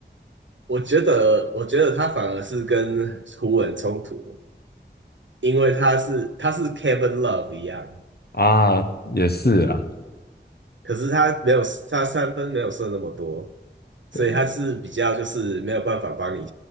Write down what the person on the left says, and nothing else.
啊，也是啊，
对，